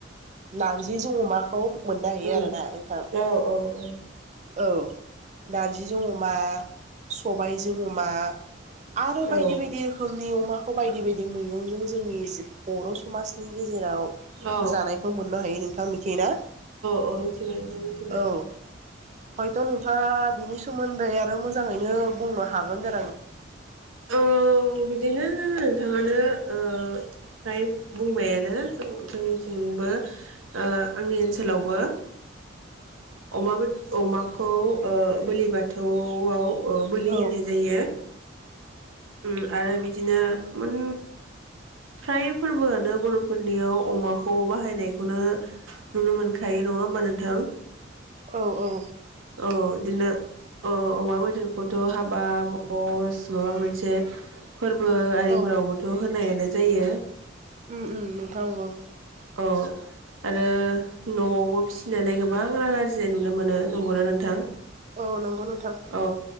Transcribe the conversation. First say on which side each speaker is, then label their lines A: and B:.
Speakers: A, on the right; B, on the right.
A: नारजिजों अमाखौ मोननो हायो
B: उम
A: आरो ना नोंथां।
B: औ औ उम
A: औ नारजिजों अमा सबायजों अमा। आरो बायदि
B: औ
A: बायदि रोखोमनि अमाखौ बायदि बायदि मैगंजों जोंनि बर' समनि गेजेर जेराव
B: औ
A: जानायखौ मोननो हायो नोंथां मिथियो ना
B: औ मिथिबाय नोंथां मिथिबाय
A: औ हयथ' नोंथाङा बिनि सोमोन्दै आरो मो मोजाङैनो बुंनो हागोन जा
B: औ बिदिनो नोंथाङानो ओ फ्राय बुंबायानो जों जोंनिथिंबो ओ आंनि ओनसोलावबो अमा बेदर अमाखौ ओ बोलि ब थौआव बोलि
A: औ
B: होनाय जायो ओम आरो बिदिनो मोन फ्राय फोरबोआनो बर'फोरनियाव अमाखौ बाहायनायखौनो नुनो मोनखायो नङा होमबा नोंथां?
A: औ औ।
B: औ इदिनो अ अमा बेदरखौथ' हाबा भस माबा मोन से फोरबो आरिफोरावबोथ'
A: औ
B: होनाय नाय जायो।
A: उम उम नोंथां नंगौ
B: अ आरो न'आवबो फिसिनानै गोब बां रां आरजिनाय नुनो मोनो नंगौना नोंथां?
A: औ नंगौ नोंथां
B: औ।